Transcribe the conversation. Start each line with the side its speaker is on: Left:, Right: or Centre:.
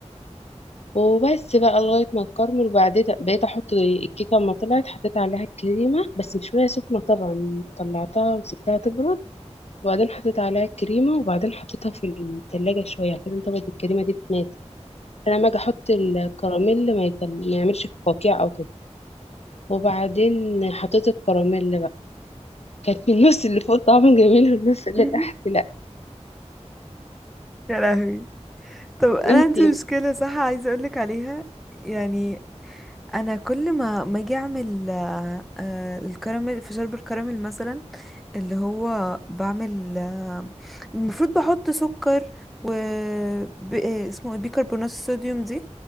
Left: وبس بقى لغاية ما الكرمل وبعدين بقيت أحط الكيكة أما طلعت حطيت عليها الكريمة بس مش وهي سخنة طبعا طلعتها وسبتها تبرد وبعدين حطيت عليها الكريمة وبعدين حطيتها في التلاجة شوية عشان طبقة الكريمة دي تتناسف عشان لما أجي أحط الكراميل ما, يتل... ما يعملش قوقيع أو كده وبعدين حطيت الكراميل بقى كانت من النص اللي فوق طعمه جميل والنص اللي
Centre: <laughs>
Left: تحت لأ
Centre: يا لهوي طب انا
Left: وانتي
Centre: عندي مشكلة صح عايزة اقولك عليها يعني انا كل ما ما اجي اعمل آه، آه، الكراميل في شرب الكراميل مثلا اللي هو بعمل آه، المفروض بحط سكر و ب- آه، اسمه إيه؟ بيكربونات الصوديوم دي